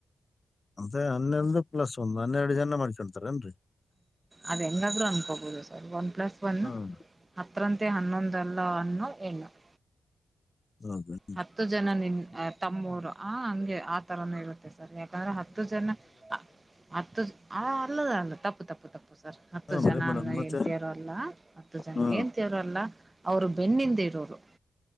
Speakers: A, on the left; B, on the right.
A: ಮತ್ತೆ ಹನ್ನೊಂದು ಪ್ಲಸ್ ಒಂದು ಹನ್ನೆರಡು ಜನ ಮಾಡ್ಕೊಳ್ತಾರ ಏನ್ರಿ.
B: ಅದ ಹೆಂಗಾದ್ರೂ ಅನ್ಕೋಬೋದು ಸರ್ ಒನ್ ಪ್ಲಸ್ ಒನ್
A: ಹ್ಮ್
B: ಹತ್ರರಂತೆ ಹನ್ನೊಂದಲ್ಲ ಅನ್ನೊ ಹೆಣ್ಣು. -
A: ಹೌ ಹ <inaudible>
B: ಹತ್ತು ಜನ ನಿನ್ ತಮ್ಮೊರು ಆ ಹಂಗೆ ಆ ತರಾನೆ ಇರುತ್ತೆ. ಸರಿ ಯಾಕಂದ್ರೆ ಹತ್ತು ಜನ ಹತ್ತು ಅಲ್ಲದ ಅಲ್ಲ ತಪ್ಪು, ತಪ್ಪು, ತಪ್ಪು. ಸರ್ ಹತ್ತು
A: ಹೂನ್ರಿ
B: ಜನ
A: ಮೇಡಮ್
B: ಅನ್ನ
A: ಮತ್ತೆ
B: ಹೆಂಡ್ತಿ ತೇರ ಅಲ್ಲ. ಹತ್ತು ಜನ
A: ಹಾ
B: ಹೆಂಡತಿ ಯರು ಅಲ್ಲಾ ಅವರು ಬೆನ್ನಿಂದ ಇರೋರು.